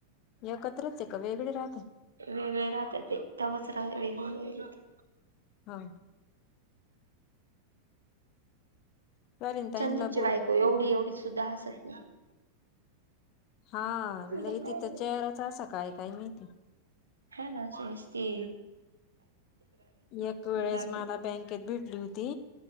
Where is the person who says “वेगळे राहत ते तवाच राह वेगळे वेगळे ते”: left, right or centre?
Right